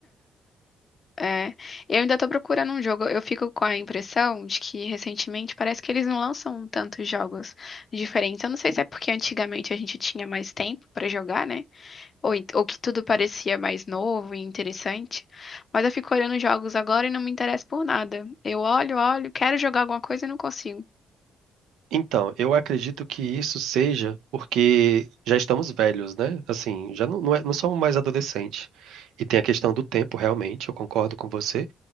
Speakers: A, on the left; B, on the right.
A: é. Eu ainda tô procurando um jogo. Eu fico com a impressão de que recentemente parece que eles não lançam tantos jogos diferentes. Eu não sei se é porque antigamente a gente tinha mais tempo pra jogar, né? Ou, ent- ou que tudo parecia mais novo e interessante. Mas eu fico olhando jogos agora e não me interesso por nada. Eu olho, olho, quero jogar alguma coisa e não consigo.
B: Então, eu acredito que isso seja porque já estamos velhos, né? Assim, já não, não, é- não somos mais adolescentes. E tem a questão do tempo, realmente, eu concordo com você.